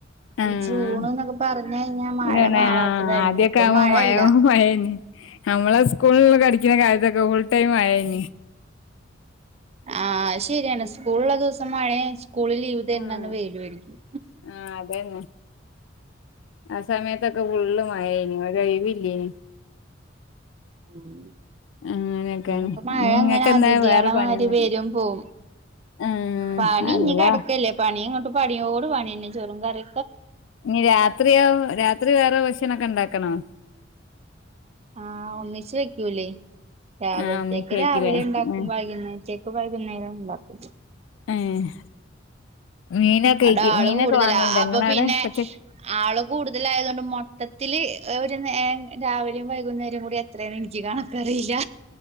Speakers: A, on the left (about 70°); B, on the right (about 35°).
A: ആഹ്
B: ഈ ജൂൺ എന്നൊക്കെ പറഞ്ഞു കഴിഞ്ഞാൽ മഴ
A: ഇതാണ്
B: മാറാത്തതായിരുന്നു
A: ആഹ് ആദ്യൊക്കെ
B: ഇപ്പൊ
A: ആവുമ്പോ
B: മഴയില്ല
A: മഴ മഴേനി നമ്മളെ സ്കൂളിൽ പടിക്കുന്ന കാര്യത്തൊക്കെ ഫുൾ ടൈം മഴ നി
B: ആഹ് അത് ശരിയാണ് സ്കൂളുള്ള ദിവസം മഴെ സ്കൂളിൽ ലീവ് തരണന്ന്
A: ആഹ്
B: വെയിലും അടിക്കും
A: ആഹ് അതന്നെ ആ സമയത്തൊക്കെ ഫുള്ള് മഴയാനി വെയിലില്ലേനി
B: ഉം
A: അങ്ങനെയൊക്കെയാണ്
B: ഇന്ന് ഇപ്പോ മഴ
A: ഇനി ഇങ്ങക്കെന്താ
B: അങ്ങനെ അതിഥികളെ
A: വേറെ പണിയൊന്നുല്ല
B: മാതിരി വരും പോവും
A: ആഹ്
B: പണി
A: അള്ളാ
B: ഇനി കിടക്കല്ലേ പണി ഇങ്ങോട്ട് പണിയോട് പണി തന്നെ ചോറും കറി
A: ഇനി രാത്രിയാ രാത്രി വേറെ ഭക്ഷണൊക്കെ ഉണ്ടാക്കണോ
B: ആഹ് ഒന്നിച്ച് വയ്ക്കൂല്ലേ രാവിലത്തേക്ക്
A: ആഹ് ഒന്നിച്ചേയ്ക്കുലേ
B: രാവിലെ ഉണ്ടാക്കും
A: ആഹ്
B: വൈകുന്നേരത്തേക്ക് വൈകുന്നേരം ഉണ്ടാക്കും
A: ഏഹ് മീനൊക്കെ
B: അവിട
A: ഇയ്ക്ക്
B: ആള്
A: മീനൊക്കെ
B: കൂടുതലാ
A: വാങ്ങല്ണ്ടോ
B: അപ്പൊ
A: ഇങ്ങളവിടെ
B: പിന്നെ
A: കൊച്ച്
B: ആള് കൂടുതലായത് കൊണ്ട് മൊ മൊത്തത്തില് ഒരു നേരം രാവിലെയും വൈകുന്നേരം കൂടി എത്രയെന്ന് എനിക്ക് കണക്ക് അറിയില്ല